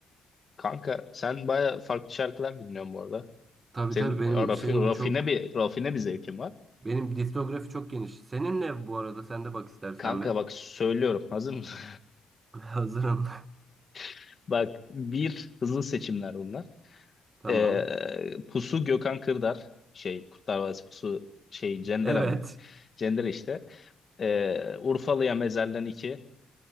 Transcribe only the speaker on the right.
Tabii
tabii benim
şeyim
çok
benim diskografi çok geniş. Senin ne bu arada? Sen de bak istersen
be.
<laughs> Hazırım.
<laughs> Tamam.
Evet.